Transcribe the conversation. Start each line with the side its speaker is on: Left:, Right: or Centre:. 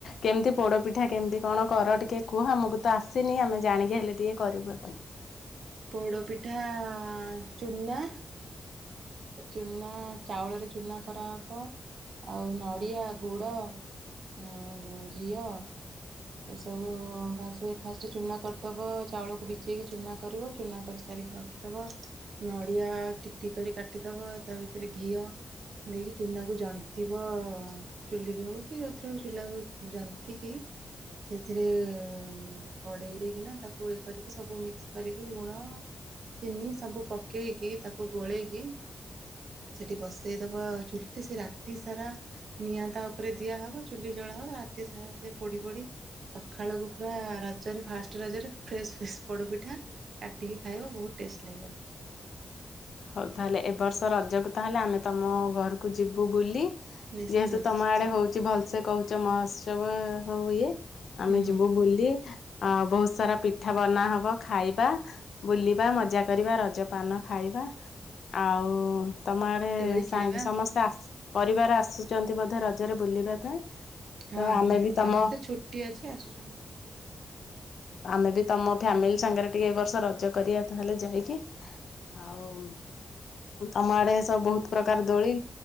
Left: କେମତି ପୋଡପିଠା କେନତି କଣ କର ଟିକେ କୁହ? ଆମୁକୁ ତ ଆସିନି ଆମେ ଜାଣିକି ହେଲେ ଟିକେ କରିବୁ ଆଉ କଣ।
Right: ପୋଡ଼ପିଠା ଆ ଆ ଚୁନା ଚୁନା ଚାଉଳରେ ଚୁନା କରାହବ। ଆଉ ନଡ଼ିଆ ଗୁଡ ଉଁ ଉଁ ଘିଅ। ଏସବୁ ଫାସେ ଫାଷ୍ଟ ଚୁନା କରିଦବ ଚାଉଳକୁ ଭିଜେଇକି ଚୁନା କରିବ ଚୁନା କରିସାରିକି ରଖି ଦବ ନଡିଆ ଟିକ୍ ଟିକ୍ କରି କାଟିଦବ ତା ଭିତେରେ ଘିଅ ଦେଇକି ଚୁନାକୁ ଜନ୍ତିବ ଅ ଚୁଲିରେ ହଉ କି ଯୋଉଥିରେ ହଉ ଚୁଲାକୁ ଜନ୍ତିକିି ସେଥିରେ ଏଁ ଉମ କଡ଼େଇରେ କିନା ତାକୁ ଏ କରିକି ସବୁ ମିକ୍ସ କରିକି ଲୁଣ ଚିନି ସବୁ ପକେଇକି ତାକୁ ଗୋଳେଇକି ସେଇଠି ବସେଇଦବ ଚୁଲିରେ ସେ ରାତି ସାରା ନିଆଁ ତା ଓପେରେ ଦିଆହବ ଚୁଲି ଜଳାହବ ରାତି ସାରା ସେ ପୋଡ଼ି ପୋଡ଼ି ସଖାଳକୁ ପୁରା ରଜରେ ଫାଷ୍ଟ ରଜରେ ଫ୍ରେଶ୍ ଫ୍ରେଶ ପୋଡ଼ପିଠା କାଟିକି ଖାଇବ ବହୁତ୍ ଟେଷ୍ଟ ଲାଗିବ।
Left: ହଉ ତାହେଲେ, ଏ ବର୍ଷ ରଜକୁ ତାହେଲେ ଆମେ ତମ ଘରୁକୁ ଯିବୁ ବୁଲି।
Right: ନିଶ୍ଚିନ୍ତ
Left: ଯେହେତୁ ତମ ଆଡେ ହଉଛି ଭଲସେ କହୁଛ, ମହୋତ୍ସବ ସବୁ ଇଏ ଆମେ
Right: ହୁଁ
Left: ଯିବୁ ବୁଲି ଆ ବହୁତ୍ ସାରା ପିଠା ବନା ହବ ଖାଇବା। ବୁଲିବା ମଜା କରିବା ରଜପାନ ଖାଇବା। ଆଉ ତମ ଆଡେ
Right: ଦୋଳି
Left: ସାଙ୍ଗ୍
Right: ଖେଳିବା
Left: ସମସ୍ତେ ଆସ ପରିବାର ଆସୁଚନ୍ତି ବୋଧେ ରଜରେ ବୁଲିବା ପାଇଁ
Right: ହଁ
Left: ତ ଆମେ
Right: ନିହାତି
Left: ବି ତମ
Right: <unintelligible>
Left: ଆମେ ବି ତମ ଫ୍ୟାମିଲି ସାଙ୍ଗେରେ ଟିକେ ଏ ବର୍ଷ ରଜ କରିଆ ତାହେଲେ ଯାଇକି। ଆଉ ତମ ଆଡେ ଏ ସବୁ ବହୁତ୍ ପ୍ରକାର ଦୋଳି